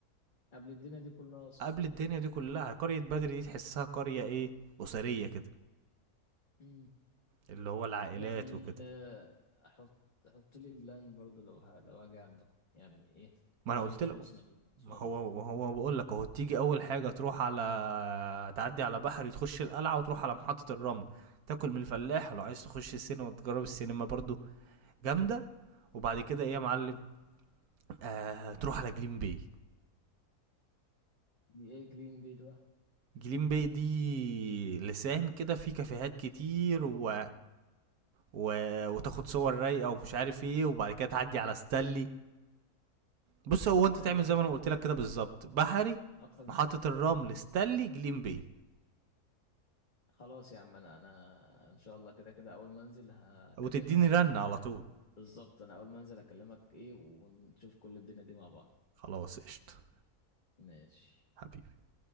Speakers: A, on the left (about 30°); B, on the right (about 75°).
A: قبل الدنيا دي كلها اصلا
B: قبل الدنيا دي كلها قريه بدر دي تحسها قريه ايه اسريه كده
A: امم
B: اللي هو العائلات
A: طب يعني
B: وكده
A: آه، احط احط لي بلان برضو لو ه... لو اجي عندكم يعني ايه
B: ما
A: عشان
B: انا قلت
A: انا خلاص
B: له
A: نويت ان شاء
B: ما
A: الله
B: هو ما هو بقول لك اهو تيجي اول حاجه تروح على تعدي على بحري تخش القلعه وتروح على محطه الرمل تاكل من الفلاح ولو عايز تخش السينما تجرب السينما برضو جامده وبعد كده ايه يا معلم آه تروح على جليم باي
A: دي ايه جلين بيد بقى
B: جليم باي دي لسان كده فيه كافيهات كتير و... و... وتاخد صور رايقه ومش عارف ايه وبعد كده تعدي على ستانلي بص هو انت
A: بلان
B: تعمل زي
A: لي
B: ما
A: اه
B: انا قلت لك
A: يعني
B: كده بالظبط بحري
A: اكتر من
B: محطه الرمل ستانلي جليم باي
A: خلاص يا عم انا انا ان شاء الله كده كده اول ما انزل هكلمك
B: وتديني رنة
A: يعني
B: على طول
A: بالظبط انا اول ما انزل هكلمك ايه ونشوف كل الدنيا دي مع بعض
B: خلاص قشطة
A: ماشي
B: حبيبي